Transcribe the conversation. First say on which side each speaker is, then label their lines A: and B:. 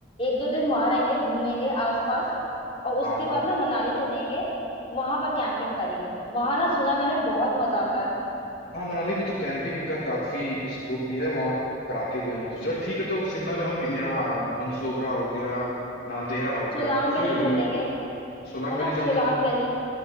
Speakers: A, on the left; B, on the left.
A: एक दो दिन वहां रहेंगे घूमेंगे आसपास और
B: हाँ
A: उसके बाद ना मनाली चलेंगे वहां पर कैंपिंग करेंगे वहां ना सुना मैंने बहुत मजा आता है
B: हाँ मनाली में तो कैंपिंग का काफी स्कोप भी है वहाँ कराते भी हैं लोग तो चलो ठीक है तो शिमला में हम यहाँ बंसोबरा हो गया नालदेहरा हो गया
A: सोलांग
B: कुफरी
A: वैली
B: हो गई
A: चल लेंगे है
B: सोलांग वैली
A: ना
B: जब
A: सोलांग
B: हम लोग
A: वैली